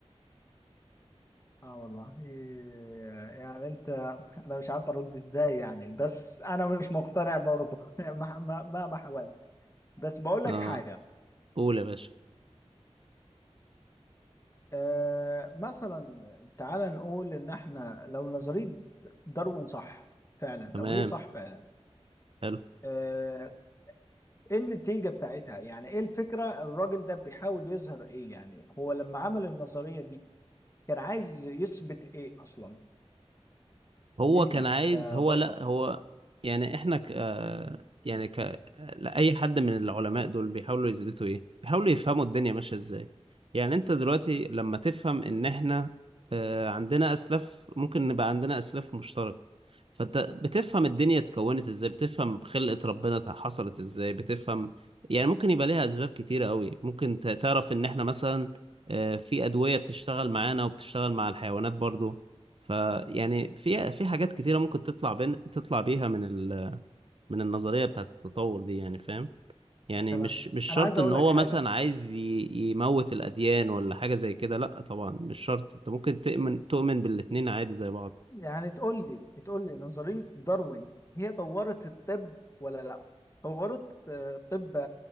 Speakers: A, on the left; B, on the right.
A: والله إيه، يعني انت انا مش عارف ارد ازاي يعني بس انا مش مقتنع برضه <laughs> مهما مهما حاولت بس بقول لك
B: اه
A: حاجه
B: قول يا باشا
A: آه، مثلا تعال نقول ان احنا لو نظرية داروين صح فعلا
B: تمام
A: لو هي صح فعلا
B: حلو
A: آه، ايه النتيجة بتاعتها يعني ايه الفكرة الراجل ده بيحاول يظهر ايه يعني هو لما عمل النظرية دي كان عايز يثبت ايه اصلا
B: هو
A: لينا
B: كان عايز
A: كبشر
B: هو لا هو يعني احنا ك آه، يعني ك لا اي حد من العلماء دول بيحاولوا يثبتوا ايه بيحاولوا يفهموا الدنيا ماشيه ازاي يعني انت دلوقتي لما تفهم ان احنا آه، عندنا اسلاف ممكن نبقى عندنا اسلاف مشتركه فانت بتفهم الدنيا اتكونت ازاي بتفهم خلقة ربنا حصلت ازاي بتفهم يعني ممكن يبقى ليها اسباب كتيرة قوي ممكن ت- تعرف ان احنا مثلا آه، في ادوية بتشتغل معانا وبتشتغل مع الحيوانات برضو فيعني في في حاجات كتيرة ممكن تطلع بين تطلع بيها من ال من النظرية بتاعت التطور دي يعني فاهم يعني
A: تمام
B: مش مش شرط
A: انا عايز
B: ان
A: اقول
B: هو
A: لك حاجة
B: مثلا عايز ي- يموت الاديان ولا حاجة زي كده لا طبعا مش شرط انت ممكن تؤمن تؤمن بالاتنين عادي زي بعض
A: يعني تقول لي تقول لي نظرية داروين هي طورت الطب ولا لا طورت آه، الطب آه،